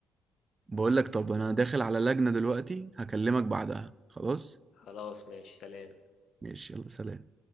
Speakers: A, on the right; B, on the left.
A: بقول لك طب انا داخل على لجنة دلوقتي هكلمك بعدها خلاص
B: خلاص ماشي سلام
A: ماشي يلا سلام